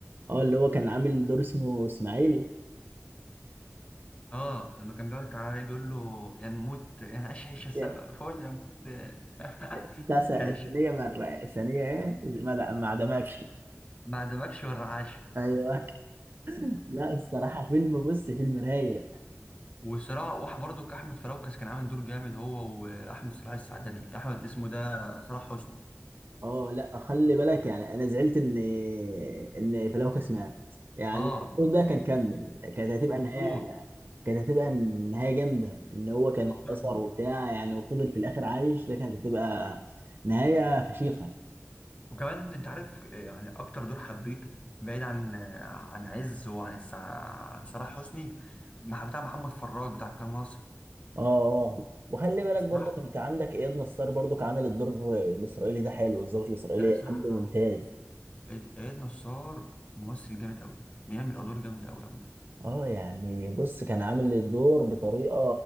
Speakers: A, on the right; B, on the left.
A: اه اللي هو كان عامل دور اسمه إسماعيل
B: اه لما كان بيقعد تعالى بيقول له يعني موت يعني عيش عيشة سوا
A: يعني
B: فول يا موت <laughs>
A: بتاع س- ثانية
B: كانش
A: مرة ثانية إيه ما د- ما عدمكش
B: ما عدمكش ولا عاش
A: أيوه لا الصراحة فيلم بص فيلم رايق
B: <laughs> وصراع واحد برضه كأحمد فراوكس كان عامل دور جامد هو وأحمد صلاح السعدني أحمد اسمه ده صلاح حسني
A: اه لا خلي بالك يعني أنا زعلت إن إن فلوكس مات يعني
B: اه
A: المفروض ده كان كمل كانت هتبقى
B: مفروض
A: النهاية كانت هتبقى النهاية جامدة إن هو كان
B: كان مفروض
A: اتأثر وبتاع يعني وفضل في الآخر عايش ده كانت هتبقى نهاية فشيخة
B: وكمان انت عارف آه، يعني اكتر دور حبيته بعيد عن آه، عن عز وعن السع... عن صلاح حسني مع- بتاع محمد فراج بتاع القناة ناصر
A: اه اه وخلي بالك
B: الصراحة
A: برضك انت عندك اياد نصار برضك عامل الدور الاسرائيلي ده حلو الظابط الاسرائيلي
B: لا الصراحة
A: عامله ممتاز
B: إياد إياد نصار ممثل جامد قوي بيعمل ادوار جامدة قوي قوي
A: اه يعني بص كان عامل الدور بطريقه